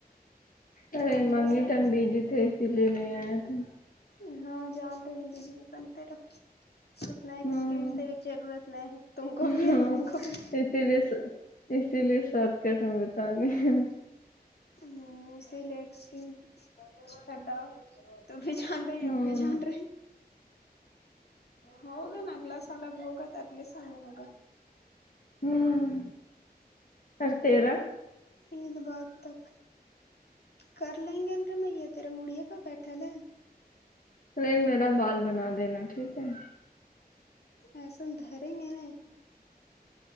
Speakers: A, on the left; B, on the left.
A: ارے
B: اگلا
A: منگی
B: سال
A: ت ہم بیزی تھے اسی لیے میں آیا تھا
B: ہاں جانتے ہیں بزی تھے اتنا ایکسکیوز
A: ہوں
B: دینے کی ضرورت نہیں ہے تم کو بھی
A: ہاں
B: اور ہم کو بھی
A: <unintelligible> اسی لیے شارٹ کٹ میں بتانے ہیں
B: ہمم اسی لیےٹا تو بھی ج ہم
A: ہوں
B: بھی جان رہے ہیں ہوگ ن اگلہ سال بھی ہوگات اگلیے سال میں ہوگا
A: ہمم کرتے رہے
B: عید بد تک کر لیں گے نا رمیا تیرے مڑیے پ بیٹھا لے
A: نہیں میرا بال بنا دینا ٹھیک ہے
B: ایسا دھریں گے نا